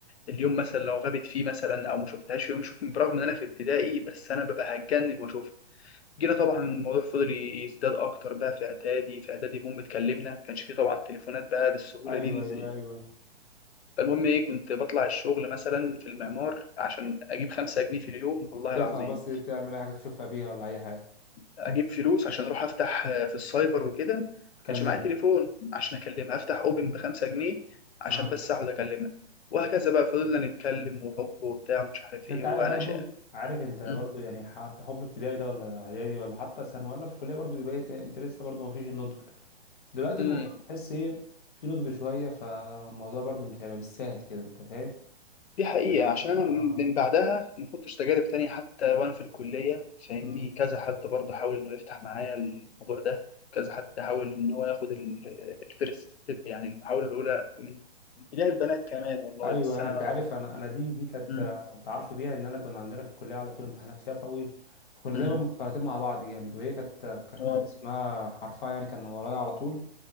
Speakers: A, on the left; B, on the left.
A: اليوم مثلا لو غابت فيه مثلا او ما شفتهاش في يوم شوف برغم ان انا في ابتدائي بس انا ببقى هتجنن واشوفها جينا طبعا الموضوع فضل يزداد اكتر بقى في اعدادي في اعدادي المهم اتكلمنا ما كانش فيه طبعا تليفونات بقى بالسهوله
B: ايوه
A: دي
B: ايوه
A: زي
B: ايوه
A: فالمهم ايه كنت بطلع الشغل مثلا في المعمار عشان اجيب خمسة جنيه في اليوم والله
B: تطلع
A: العظيم
B: بس تعمل اي حاجه تشوفها بيها ولا اي حاجه
A: اجيب فلوس عشان اروح افتح آه، في السايبر وكده
B: تكلمها
A: كانش معايا تليفون عشان اكلمها افتح اوبن بخمسة جنيه عشان
B: اه
A: بس اقعد اكلمها وهكذا بقى فضلنا نتكلم وحب وبتاع ومش عارف
B: بس
A: ايه
B: انت
A: وانا
B: عارف برضو
A: شقه
B: عارف انت برضو
A: امم
B: يعني حتى حب ابتدائي ده ولا اعدادي ولا حتى ثانوي ولا في الكليه برضو بيبقى إيه، تا- انت لسه برضو ما فيش النضج دلوقتي
A: أمم.
B: الموضوع تحس ايه في نضج شويه فالموضوع برضو مش هيبقى بالسهل كده انت فاهم
A: دي حقيقة
B: يعني.
A: عشان أنا
B: اه
A: من من بعدها ما كنتش تجارب تانية حتى وأنا في الكلية فاهمني
B: مم.
A: كذا حد برضه حاول إنه يفتح معايا الموضوع ده كذا حد حاول إن هو ياخد الفيرست ستيب يعني المحاولة الأولى من اتجاه البنات كمان والله
B: ايوه
A: بس أنا
B: انت
A: ما-
B: عارف انا انا دي دي كانت
A: أمم.
B: آه، تعرف بيها ان انا كنا عندنا في الكليه على طول امتحانات شفوي فكنا
A: أمم.
B: دايما مختلطين مع بعض جامد وهي كانت آه، كانت
A: اه
B: اسمها حرفها يعني كان ورايا على طول